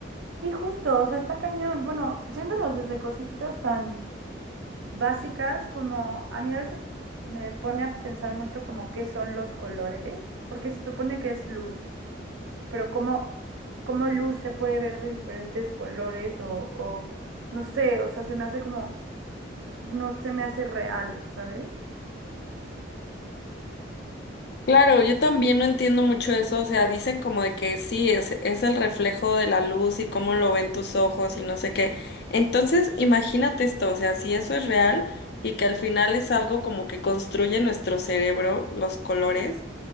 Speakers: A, on the right; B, on the left.
A: Y justo, o sea, está cañón. Bueno, yéndonos desde cositas tan básicas como a mí a veces me pone a pensar mucho como qué son los colores, porque se supone que es luz, pero cómo, cómo luz se puede ver de diferentes colores o, o no sé, o sea, se me hace como, no se me hace real, ¿sabes?
B: Claro, yo también no entiendo mucho eso, o sea, dicen como de que sí, es, es el reflejo de la luz y cómo lo ven tus ojos y no sé qué. Entonces, imagínate esto, o sea, si eso es real y que al final es algo como que construye nuestro cerebro, los colores,